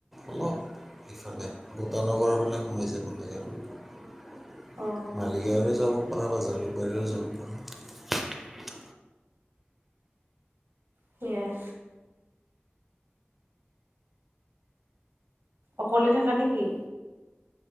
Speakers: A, in the centre; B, on the right (about 85°).
A: অলপ সিফালে ভুটা নগৰৰ ফালে সোমাই যাব লাগে।
B: অ
A: মালি গাঁও হৈ যাব পাৰা জালুকবাৰীহৈও যাব পাৰা।
B: সেইয়াই অকলে থাকা নেকি?